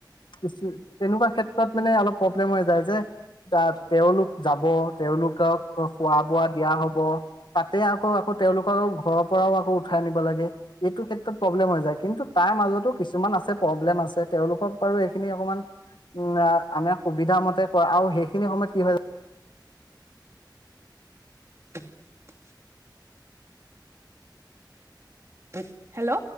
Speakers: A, on the left; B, on the right.
A: কিছু তেনেকুৱা ক্ষেত্ৰত মানে অলপ প্ৰব্লেম হৈ যায় যে, জা তেওঁলোক যাব তেওঁলোকক খোৱা-বোৱা দিয়া হ'ব, তাতে আকৌ আকৌ- তেওঁলোকক আৰু ঘৰৰ পৰাও আকৌ উঠাই আনিব লাগে, এইটো ক্ষেত্ৰত প্ৰব্লেম হৈ যায়। কিন্তু তাৰ মাজতো কিছুমান আছে প্ৰব্লেম আছে, তেওঁলোকক বাৰু এইখিনি অকমান উম আ আমি সুবিধা মতে কৰা আৰু সেইখিনি সময়ত কি হয়-
B: <unintelligible> <unintelligible> হেল্ল'